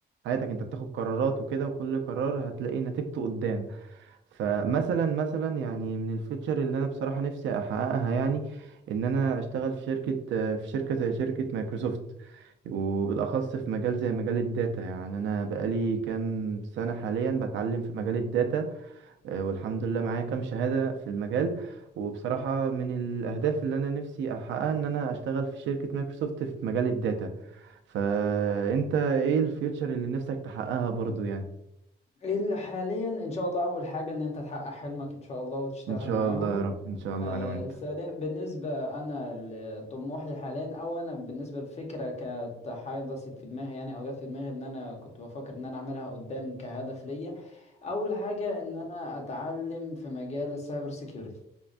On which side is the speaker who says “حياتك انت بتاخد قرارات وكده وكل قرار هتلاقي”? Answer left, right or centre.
Right